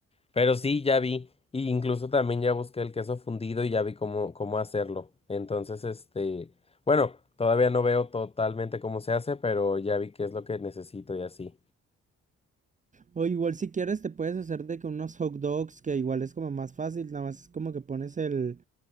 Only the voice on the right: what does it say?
O igual si quieres te puedes hacer de que unos hot dogs, que igual es como más fácil, nada más es como que pones el